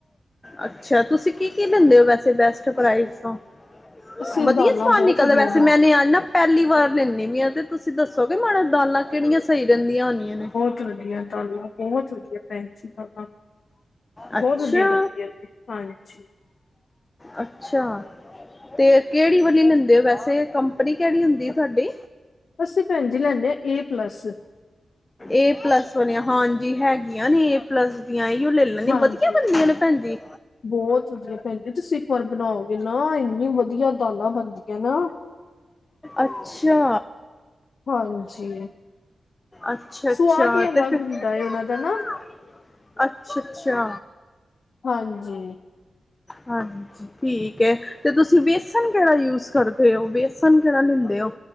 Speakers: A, on the left (about 25°); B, on the left (about 65°).
A: ਅੱਛਾ, ਤੁਸੀਂ ਕੀ- ਕੀ ਲੈਂਦੇ ਹੋ, ਵੈਸੇ ਬਸਟ ਪ੍ਰਾਈਜ ਤੋਂ
B: ਅਸੀਂ
A: ਵਧੀਆ
B: ਦਾਲਾਂ
A: ਸਮਾਨ
B: ਬਹੁਤ
A: ਨਿਕਲਦਾ
B: ਵਧੀਆ
A: ਵੈਸੇ
B: ਬਣ
A: ਮੈਂਨੇ ਆ ਨਾ ਪਹਿਲੀ ਵਾਰ ਲੈਂਦੀ ਵੀ ਆ, ਤੇ ਤੁਸੀਂ ਦੱਸੋਗੇ ਮਾੜਾ ਦਾਲਾਂ ਕਿਹੜੀਆਂ ਸਹੀ ਰਹਿੰਦੀਆਂ ਹੋਦੀਆਂ ਨੇ।
B: ਬਹੁਤ ਵਧੀਆ ਦਾਲਾਂ ਬਹੁਤ ਵਧੀਆ। ਭੈਣ ਜੀ, ਦਾਲਾਂ
A: ਅੱਛਾ
B: ਬਹੁਤ ਵਧੀਆ ਬਣਦੀਆਂ ਹਾਂਜੀ।
A: ਅੱਛਾ। ਤੇ ਕਿਹੜੀ ਵਾਲੀ ਲੈਂਦੇ ਹੋ ਵੈਸੇ ਕੰਪਨੀ ਕਿਹੜੀ ਹੁੰਦੀ ਤੁਹਾਡੀ
B: ਅਸੀਂ ਭੈਣ ਜੀ ਲੈਂਦੇ ਹਾਂ ਏ ਪਲੱਸ
A: ਏ ਪਲੱਸ ਵਾਲੀਆਂ ਹਾਂਜੀ ਹੈਗੀਆਂ ਨੇ ਏ ਪਲੱਸ ਦੀਆਂ ਅਇਓ ਲੈ ਨਈ
B: ਹਾਂਜੀ
A: ਵਧੀਆ ਬੰਦੀਆਂ ਨੇ ਭੈਣਜੀ
B: ਬਹੁਤ ਵਧੀਆ ਭੈਣ ਜੀ ਤੁਸੀਂ ਇੱਕ ਵਾਰ ਬਣਾਓਗੇ ਨਾ ਇੰਨੀ ਵਧੀਆ ਦਾਲਾਂ ਬਣਦੀਆਂ ਨਾ
A: ਅੱਛਾ।
B: ਹਾਂਜੀ
A: ਅੱਛਾ- ਅੱਛਾ
B: ਸਵਾਦ ਹੀ ਅਲੱਗ
A: ਤੇ ਫੇਰ
B: ਹੁੰਦਾ ਏ ਉਹਨਾਂ
A: ਅੱਛਾ-
B: ਦਾ ਨਾ
A: ਅੱਛਾ।
B: ਹਾਂਜੀ।
A: ਹਾਂਜੀ। ਠੀਕ ਹੈ ਤੇ ਤੁਸੀਂ ਵੇਸਣ ਕਿਹੜਾ ਯੂਜ ਕਰਦੇ ਹੋ? ਵੇਸਨ ਕਿਹੜਾ ਲੈਂਦੇ ਹੋ?